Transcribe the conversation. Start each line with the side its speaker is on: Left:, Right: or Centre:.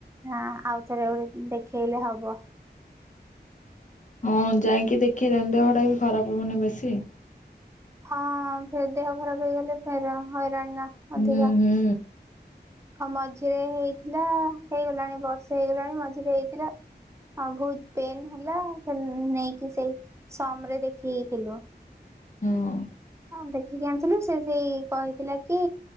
Right: ହଁ ଆଉ ଥରେ ଗୋଟେ ଦେଖେଇଲେ ହବ।
Left: ହଁ ଯାଇକି ଦେଖିଇଦିଅ ଦେହ ଟା ବି ଖରାପ ହବ ନା ବେଶୀ।
Right: ହଁ ଫେର୍ ଦେହ ଖରାପ ହେଇଗଲେ ଫେର ହଇରାଣ ନା
Left: ହୁଁ
Right: ଅଧିକା।
Left: ହୁଁ
Right: ମଝିରେ ହେଇଥିଲା ହେଇଗଲାଣି ବର୍ଷେ ହେଇଗଲାଣି ମଝିରେ ହେଇଥିଲା। ହଁ ବହୁତ ପେନ୍ ହେଲା ନେଇକି ସେଇ ସମରେ ଦେଖେଇଥିଲୁ।
Left: ହଁ।
Right: ଦେଖିକି ଆଣିଥିଲୁ ସେ ସେଇ କହିଥିଲା କି